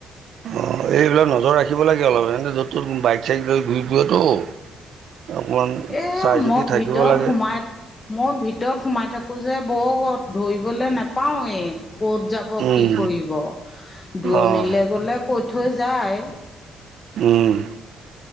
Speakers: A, on the right; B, on the left.
A: অ', এইবিলাক নজৰ ৰাখিব লাগে অলপমান ইহঁতে য'ত তত বাইক চাইক লৈ ঘূৰি ফুৰেটো অকণমান
B: এ
A: চাই
B: মই
A: চিতি
B: ভিতৰত
A: থাকিব লাগে।
B: সোমাই মই ভিতৰত সোমাই থাকোঁ যে বৰ ধৰিবলৈ নাপাওঁয়ে এই ক'ত যাব
A: উম
B: কি কৰিব, দূৰণিলৈ
A: অঁ
B: গ'লে কৈ থৈ যায়।
A: উম